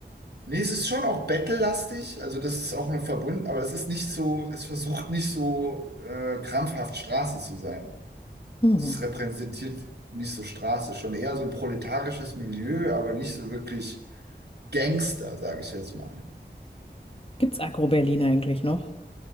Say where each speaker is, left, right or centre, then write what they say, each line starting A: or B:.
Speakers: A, on the right (about 65°); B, on the left (about 30°).
A: Nee, es ist schon auch battle-lastig, also das ist auch nur verbunden aber es ist nicht so, es versucht nicht so äh, krampfhaft Straße zu sein.
B: Hm.
A: Es repräsentiert nicht so Straße, schon eher so ein proletarisches Milieu, aber nicht so wirklich Gangster, sage ich jetzt mal.
B: Gibt's Agro-Berlin eigentlich noch?